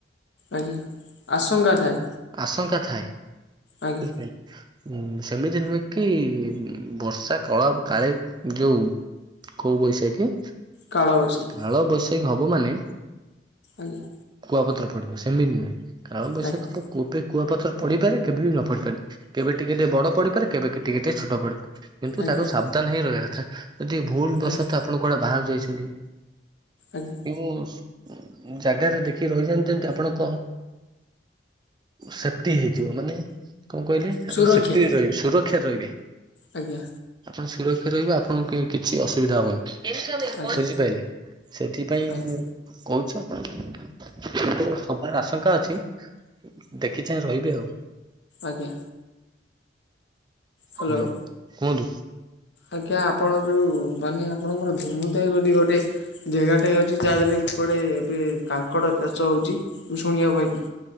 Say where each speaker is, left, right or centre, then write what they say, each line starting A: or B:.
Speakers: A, on the left; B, on the right.
A: ଆଜ୍ଞା। ଆଶଙ୍କା ଥାଏ
B: ଆଶଙ୍କା ଥାଏ
A: ଆଜ୍ଞା
B: ବୁଝିପାଇଲେ। ଉଁ ସେମିତି ନୁହେଁ କି ଉଁ ବର୍ଷା କଳା କାଳେ ଯୋଉ କୋଉ ବୈଶାଖୀ?
A: କାଳ ବୈଶାଖୀ।
B: କାଳ ବୈଶାଖୀ ହବ ମାନେ
A: ଆଜ୍ଞା।
B: କୁଆପଥର ପଡିବ ସେମିତି ନାହିଁ କାଳ ବୈଶାଖୀ
A: ଆଜ୍ଞା
B: ହବ କୋବେ କୂଆ ପଥର ପଡ଼ିପାରେ କେବେ ବି ନ ପଡ଼ିପାରେ କେବେ ଟିକେ ଟିକେ ବଡ଼ ପଡ଼ିପାରେ କେବେ ଟିକେ ଟିକେ ଛୋଟ ପଡ଼ିପାରେ। କିନ୍ତୁ
A: ଆଜ୍ଞା
B: ତାକୁ ସାବଧାନ ହେଇ ରହିବା କଥା ଯଦି ଭୁଲ ବଶତ
A: ଆଜ୍ଞା
B: ଆପଣ କୁଆଡ଼େ ବାହାରକୁ ଯାଇଛନ୍ତି
A: ଆଜ୍ଞା।
B: କେଉଁ ଜାଗାରେ ଦେଖି ରହିଯାଆନ୍ତେନି? ଆପଣଙ୍କ ସେଫ୍ଟୀ ହେଇଯିବ ମାନେ କଣ କହିଲେ?
A: ସୁରକ୍ଷା
B: ଆପଣ ସେଫ୍ଟୀ ରେ ରହିବି ସୁରକ୍ଷା ରେ ରହିବେ।
A: ଆଜ୍ଞା
B: ଆପଣ ସୁରକ୍ଷା ରହିବେ ଆପଣଙ୍କୁ କି କିଛି ଅସୁବିଧା ହବନି।
A: ଆଜ୍ଞା
B: ଖୋଜି ପାଇଲି ସେଥିପାଇଁ
A: ଆଜ୍ଞା
B: <unintelligible> ସବାର ଆଶଙ୍କା ଅଛି ଦେଖିଚାହିଁ ରହିବେ ଆଉ।
A: ଆଜ୍ଞା। ହ୍ୟାଲୋ।
B: ହୁଁ କୁହନ୍ତୁ
A: ଆଜ୍ଞା ଆପଣ ଯୋଉ ମାନେ ଆପଣଙ୍କର ଧୁମୁଧାଇ ବୋଲି ଗୋଟେ ଯେଗାଟାଏ ଅଛି ଯାହା ଦେହରେ କୁଆଡ଼େ ଏବେ କାଙ୍କଡ଼ ଚାଷ ହଉଛି ମୁ ଶୁଣିବାକୁ ପାଇଥିଲି।